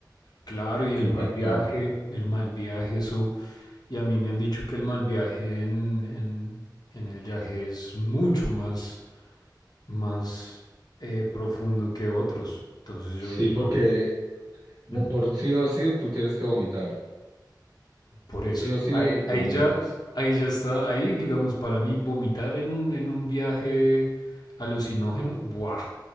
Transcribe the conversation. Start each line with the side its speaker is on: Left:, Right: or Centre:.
Left: Claro, y
Right: impactante.
Left: el mal viaje, el mal viaje, eso, Y a mí me han dicho que el mal viaje en, en, en el yaje es mucho más, más eh, profundo que otros. Entonces yo
Right: Sí,
Left: digo,
Right: porque bo-
Left: "Mm,
Right: por sí o sí tú tienes que vomitar.
Left: por eso.
Right: Sí o sí
Left: Ahí, ahí
Right: vomitas.
Left: ya, ahí ya está, ahí digamos, para mí vomitar en un, en un viaje alucinógeno, ¡buah!